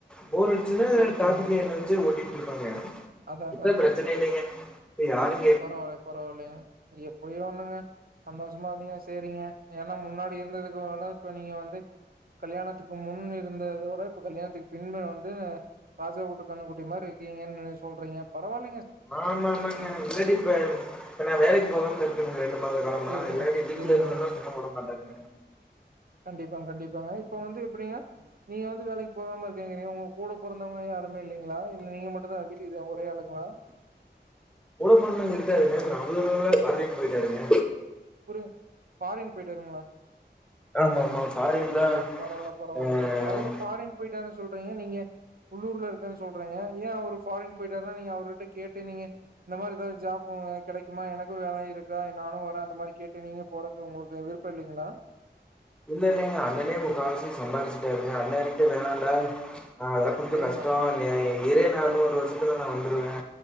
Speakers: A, in the centre; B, on the right.
A: போரடி சின்ன
B: சரி,
A: டார்கெட்
B: சரிங்க.
A: லைன்னே வச்சு ஓட்டிட்டு இருப்பாங்க
B: அதான்,
A: பிரச்சன இல்லைங்க யாருமே
B: பரவாயில்லே பரவாயில்லயே எப்படியோ ஒண்ணுங்க சந்தோஷமா இருந்தீங்கன்னா சேரிங்க ஏன்னா முன்னாடி இருந்ததுக்கு வேனா இப்ப நீங்க வந்து கல்யாணத்துக்கு முன் இருந்ததோட இப்ப கல்யாணத்துக்கு பின் வந்து ராஜா உட்டு கண்ணுகுட்டி மாரி இருக்கீங்கன்னு சொல்றீங்க பரவால்லே
A: ஆமாமாங்க நீங்க இல்லாட்டி இப்ப இப்ப நா வேலைக்கு போகாம இருக்கே ரெண்டு மாத காலாமா
B: சரிங்க,
A: எல்லா வீட்ல
B: சரிங்க.
A: இருந்த சும்மா உட மாட்டாங்க
B: கண்டிப்பாங்க கண்டிப்பாங்க இப்ப வந்து எப்டின்னா நீங்க வந்து வேலைக்கு போகாம இருக்கேங்கறீங்க உங்க கூட பெறந்தவங்க யாருமே இல்லிங்களா இல்ல நீ மட்டுதா வீட்டுக்கு ஒரே ஆளுங்களா
A: கூட பொறந்தவரு இருக்காருங்க அவ்ள தூரல ஃபாரின் போயிட்டாருங்க
B: புரில ஃபாரின் போயிட்டாருங்களா
A: ஆமா ஆமா ஃபாரின்தா
B: பரவால்ல பரவால்லைங்க
A: ஆ
B: அவரு ஃபாரின் போயிட்டாருன் சொல்றீங்க நீங்க உள்ளூர்ல இருக்காருன்னு சொல்றிங்க ஏன் அவர் ஃபாரின் போயிட்டாருனா நீங்க அவர்கிட்ட கேட்டு நீங்க இந்த மாரி எதாவது ஜாப்பு கடைக்குமா எனக்கு வேல இருக்கா நானு வரே அந்த மாரி கேட்டு நீங்க போறது உங்களுக்கு விருப்பம் இல்லிங்களா
A: இல்ல இல்லங்க அண்ணனே முக்காவாசி சம்பாதிச்சிடாருங்க அண்ண <unintelligible> <unintelligible> அ அதல்லாம் கொஞ்ச
B: சரிங்க
A: கஷ்டோ நீ இரு நா ஒரு வருஷத்துல நா வந்துருவே